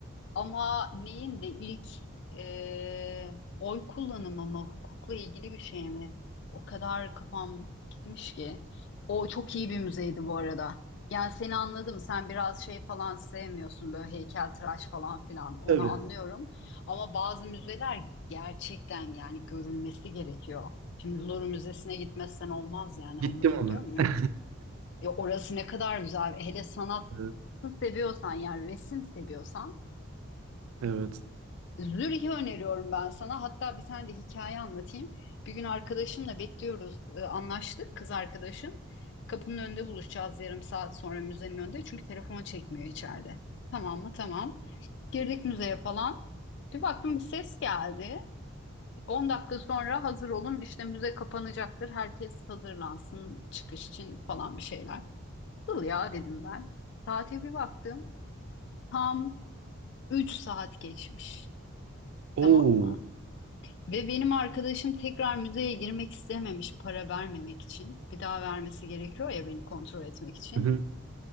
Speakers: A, on the left; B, on the right.
A: Ama neyin de ilk e, oy kullanımı mı, hukukla ilgili bir şey mi? O kadar kafam gitmiş ki. O çok iyi bir müzeydi bu arada. Yani seni anladım. Sen biraz şey falan sevmiyorsun böyle heykeltıraş falan filan. Onu
B: Tabii
A: anlıyorum. Ama bazı müzeler gerçekten yani görülmesi gerekiyor. Şimdi Louvre Müzesi'ne gitmezsen olmaz yani
B: gittim
A: anlatabiliyor
B: ona.
A: muyum?
B: <laughs>
A: Ya orası ne kadar güzel. Hele sanatı
B: Evet.
A: seviyorsan yani resim seviyorsan.
B: evet.
A: Zürih'i öneriyorum ben sana. Hatta bir tane de hikaye anlatayım. Bir gün arkadaşımla bekliyoruz. e, Anlaştık kız arkadaşım. Kapının önünde buluşacağız yarım saat sonra müzenin önünde. Çünkü telefonu çekmiyor içeride. Tamam mı? Tamam. Girdik müzeye falan. Bir baktım bir ses geldi. 10 dakika sonra hazır olun işte müze kapanacaktır. Herkes hazırlansın çıkış için falan bir şeyler. Nasıl ya dedim ben. Saate bir baktım. Tam 3 saat geçmiş. Tamam
B: Oo.
A: mı? Ve benim arkadaşım tekrar müzeye girmek istememiş para vermemek için. Bir daha vermesi gerekiyor ya beni kontrol etmek için.
B: Hı hı.